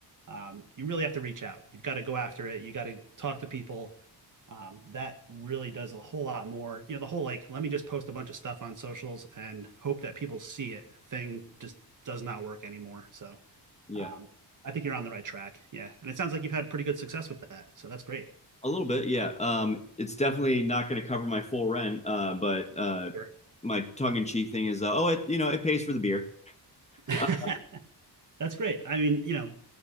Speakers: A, on the right; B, on the left.
A: um, you really have to reach out. You've got to go after it. You got to talk to people. Um, that really does a whole lot more. You know, the whole like, let me just post a bunch of stuff on socials and hope that people see it thing just does not work anymore. So
B: Yeah.
A: um, I think you're on the right track. Yeah, and it sounds like you've had pretty good success with that, so that's great.
B: A little bit, yeah. Um, it's definitely not going to cover my full rent, uh, but uh,
A: Sure.
B: my tongue-in-cheek thing is, uh, oh, it you know it pays for the beer.
A: <laughs>
B: <laughs>
A: That's great. I mean, you know,